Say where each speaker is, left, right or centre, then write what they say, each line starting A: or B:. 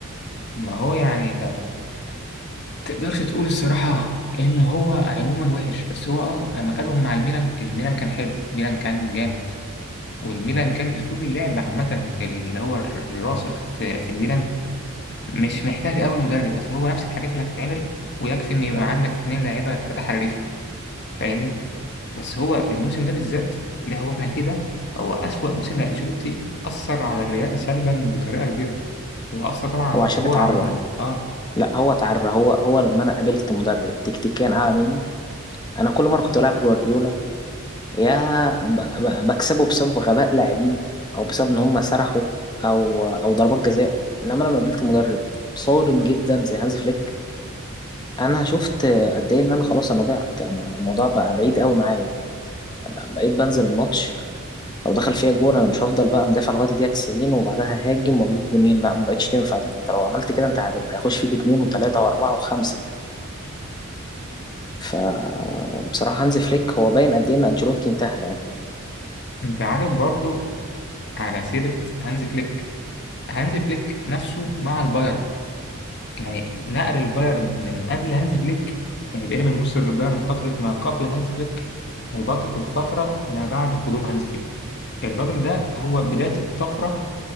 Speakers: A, on the left; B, on the left.
A: ما هو يعني طب تقدرش تقول الصراحه ان هو عموما وحش بس هو اه لما خدهم مع الميلان الميلان كان حلو الميلان كان جامد والميلان كان اسلوب اللعب عامه اللي هو الراسخ في في الميلان مش محتاج قوي مدرب اصل هو نفس الحاجات اللي هتتعمل ويكفي ان يبقى عندك اتنين لاعيبه ثلاثه حريفه فاهمني بس هو الموسم ده بالذات اللي هو احنا فيه ده هو أسوأ موسم لأنشيلوتي أثر على الريال سلبا بطريقة كبيرة وأثر طبعا على
B: هو عشان
A: الكورة
B: اتعرى
A: عموما اه
B: لا هو اتعرى هو هو لما انا قابلت مدرب تكتيكيا اعلى مني انا كل مرة كنت بلعب جوارديولا يا ب- ب- بكسبه بسبب غباء لاعبينه او بسبب ان هم سرحوا او او ضربات جزاء انما لما قابلت مدرب صارم جدا زي هانز فليك انا شفت قد ايه ان انا خلاص انا ضعت انا الموضوع بقى بعيد قوي معايا بقيت بنزل الماتش لو دخل فيها جون انا مش هفضل بقى مدافع لغايه الدقيقه 90 وبعدها هاجم واجيب جونين لا ما بقتش تنفع دي انت لو عملت كده انت هتبقى هيخش فيك اتنين وتلاته واربعه وخمسه فبصراحه هانز فليك هو باين قد ايه ان انشيلوتي انتهى يعني
A: انت عارف برضو على سيرة هانز فليك هانز فليك نفسه مع البايرن يعني نقل البايرن من قبل هانز فليك يعني بقينا بنبص للبايرن فترة ما قبل هانز فليك وبط- وفترة ما بعد قدوم هانز فليك الراجل ده هو بداية الطفرة